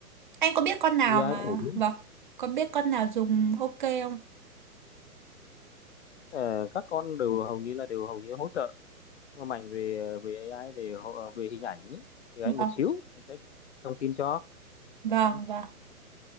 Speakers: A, on the right; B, on the left.
A: anh có biết con nào mà
B: AI phổ biến
A: vâng, có biết con nào dùng ok không?
B: Ờ, các con đều hầu như là đều hầu như hỗ trợ Nhưng mà mạnh về về AI về hỗ- về hình ảnh ý, thì anh
A: Vâng,
B: một xíu anh sẽ thông tin cho
A: vâng,
B: Ừ.
A: vâng,